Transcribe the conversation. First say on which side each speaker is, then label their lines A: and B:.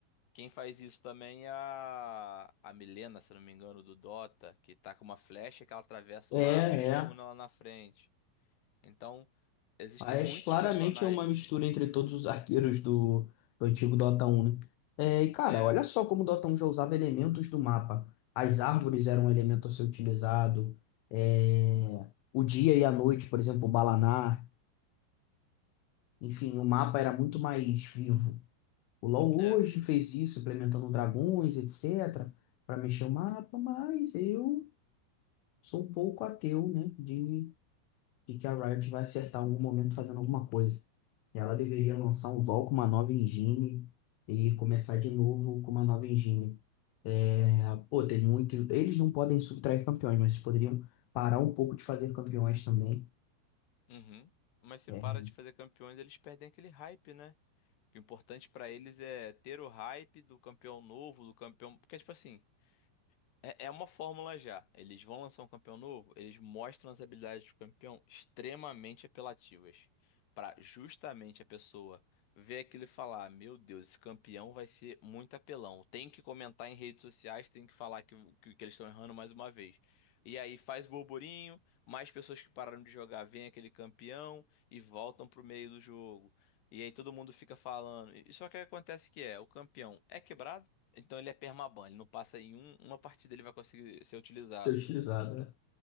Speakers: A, on the left; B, on the left.
A: Quem faz isso também é a, a Milena, se não me engano, do Dota, que tá com uma flecha que ela atravessa
B: É,
A: o mapa e stuna
B: é.
A: lá na frente. Então, existem
B: Mas
A: muitos
B: claramente
A: personagens.
B: é uma mistura entre todos os arqueiros do, do antigo Dota 1, né? É, e cara,
A: É,
B: olha só como o Dota 1 já usava elementos do mapa. As árvores eram um elemento a ser utilizado, é, o dia e a noite, por exemplo, o Balanar. Enfim, o mapa era muito mais vivo. O LoL
A: É.
B: hoje fez isso, implementando dragões, etc., para mexer o mapa, mas eu sou um pouco ateu, né, de, de que a Riot vai acertar em algum momento fazendo alguma coisa. Ela deveria lançar um LoL com uma nova engine e começar de novo com uma nova engine. É, pô, tem muito. Eles não podem subtrair campeões, mas eles poderiam parar um pouco de fazer campeões também.
A: Uhum. Mas se
B: É,
A: para de fazer campeões, eles perdem aquele hype, né? O importante pra eles é ter o hype do campeão novo, do campeão. Porque, tipo assim, É é uma fórmula já. Eles vão lançar um campeão novo, eles mostram as habilidades do campeão extremamente apelativas. Pra justamente a pessoa ver aquilo e falar: Meu Deus, esse campeão vai ser muito apelão. Tem que comentar em redes sociais, tem que falar que, que, que eles estão errando mais uma vez. E aí faz burburinho, mais pessoas que pararam de jogar veem aquele campeão e voltam pro meio do jogo. E aí todo mundo fica falando. E só que acontece que é, o campeão é quebrado então ele é permaban, ele não passa em um- uma partida ele vai conseguir ser utilizado.
B: ser utilizado, né?